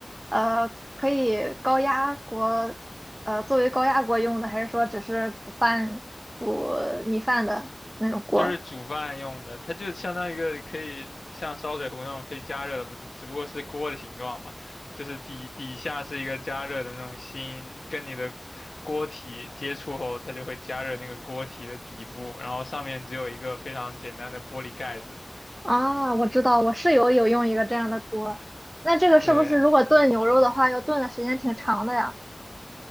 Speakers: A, on the right; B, on the left.
A: 呃可以高压锅呃作为高压锅用的，还是说只是煮饭煮米饭的那种锅？
B: 就是煮饭用的，它就相当于一个可以像烧水壶那种可以加热的，不只只不过是锅的形状嘛，就是底底下是一个加热的那种芯，跟你的锅体接触后，它就会加热那个锅体的底部，然后上面只有一个非常简单的玻璃盖子。
A: 啊，我知道，我室友有用一个这样的锅。那这个是不是如果炖牛肉的话，
B: 对，
A: 要炖的时间挺长的呀？